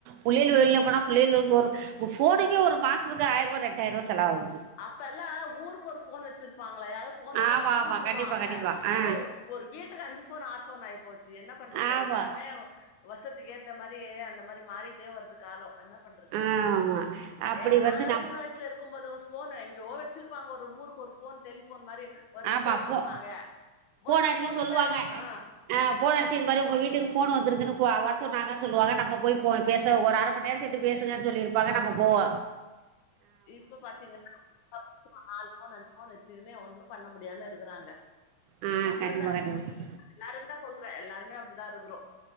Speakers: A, on the right; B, on the left.
A: புள்ளைல்லு வெளில போனா புள்ளைளுக்கு ஒரு ஃபோனுக்கே ஒரு மாதத்துக்கு ஆயிரரூவா ரெட்டாயிரூவா செலவாகுது
B: அப்பல்லா ஊர் க்கு ஒரு ஃபோன் வெச்சுருப்பாங் யாராவது ஃபோன் வந்தா
A: ஆமா ஆமா
B: கூப்புடுவாங்க
A: கண்டிப்பா கண்டிப்பா ஆ
B: இப்ப ஒரு வீட்டுக்கு அஞ்சு ஃபோன் ஆறு ஃபோன் ஆயி போச்சு என்ன பண்றது
A: ஆ ஆமா
B: எல்லாமே வசத்திக்கு ஏற்ப் இந்த மாரி அந்த மாரி மாறிட்டே வருது காலோ என்னப் பண்றது
A: ஆமா அப்படி
B: எங்க நாங்க
A: வந்து நம்
B: சின்ன வயிசுல இருக்கும் போது எங்கே வெச்சுருப்பாங்க ஒரு ஊருக்கு ஒரு ஃபோன் டெலிஃபோன் மாரி ஒரு
A: ஆமா
B: இதுல வெச்சுருப்பாங்க
A: போ
B: வந்து
A: அடிச்சு
B: ஃபோன்
A: சொல்லுவாங்க
B: வந்தா ஆ
A: ஆ ஃபோன் அடிச்சு
B: அத்
A: இது மாதிரி உங்கள் வீட்டுக்கு ஃபோன் வந்துருக்குன்னு வர சொன்னாங்கன் சொல்லுவாங்க நம்ம போய் ஃரபோன் பேச ஒரு அர மணி நேரங்கிட்ட பேசுங்கன் சொல்லிருப்பாங்க நம்ம போவோ
B: இப்ப பாத்தீங்கன்னா <inaudible> ஃபோன் அச்ச ஒண்ணே ஒன்னு பண்ண முடியாம இருக்குறாங்க
A: ஆ
B: நம்மலுந்தா
A: கண்டிப்பாக கண்டிப்பாக
B: <inaudible> எல்லாருந்தா சொல் அப்புறோ எல்லாருமே அப்டிதா இருக்குறோ